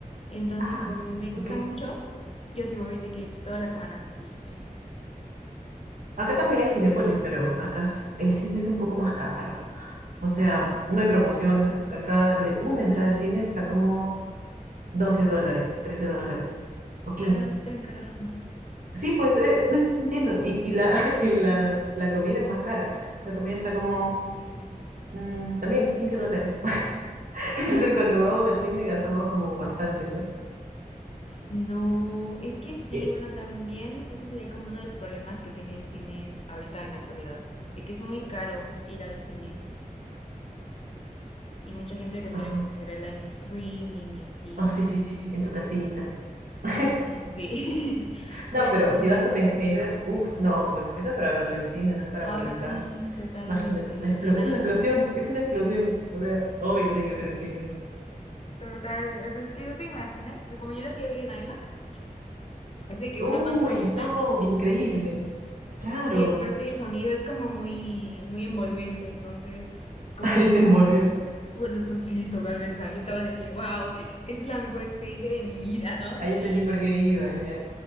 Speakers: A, on the left; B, on the right.
A: Entonces,
B: Ah,
A: también me gusta
B: ok.
A: mucho. Yo sí voy de que todas las semanas, así.
B: Acá también hay Cinépolis, pero acá s- el cine es un poco más caro. O sea, no
A: <laughs>
B: hay promociones. Acá le- una entrada al cine está como 12 dólares, 13 dólares o 15.
A: Alan los está encargados.
B: Sí, pues, eh, no entiendo. Y, y la, <laughs> y la, la comida es más cara. La comida está como
A: <laughs>
B: mm, también 15 dólares. Entonces, cuando vamos al cine gastamos como bastante, ¿no?
A: No, es que sí,
B: Y-
A: bueno, también eso sería como uno de los problemas que tiene el cine ahorita en la actualidad, de que es muy caro ir al cine y mucha gente prefiere
B: ah,
A: como que verla en streaming y así.
B: oh, sí, sí,
A: <laughs>
B: sí, sí, en tu casita. <laughs>
A: Eh, eh, Sí, <laughs>
B: No,
A: pero
B: pero
A: sí.
B: si vas a Oppenheimer, uff, no, pues eso es para verlo en cine, no es para
A: ay,
B: verlo en
A: sí,
B: casa.
A: totalmente,
B: Imagínate, la explo-
A: en
B: es
A: IMAX,
B: una explosión, es una explosión. O sea, obvio
A: total,
B: tiene que ser en cine.
A: total, o sea, es que no te imaginas, como yo la fui a ver en IMAX, es de que
B: Uy,
A: una pantallota
B: no, increíble. Claro,
A: Y aparte el sonido es como muy, muy envolvente, entonces,
B: <laughs>
A: como,
B: ahí te envolvías.
A: bueno, to- sí, totalmente, o sea, yo estaba de que, wow, esa es la mejor experiencia de mi vida, ¿no?
B: Ahí
A: Y
B: entendí por qué ibas ya.